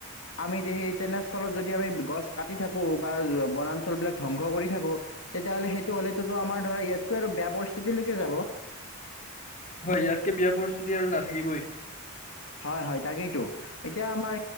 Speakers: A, on the left; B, on the left.
A: আমি সেই তেনে লত যদি আমি গছ কাটি থাকোঁ বা বনাঞ্চলবিলাক ধ্বংস কৰি থাকোঁ তেতিয়াহ'লে সেইটো হলেতোত আমাৰ <inaudible>
B: হয় ইয়াতকে বিয়া পৰিস্থিতি আৰু নাথাকিবই।
A: হয় হয় তাকেইতো এতিয়া আমাৰ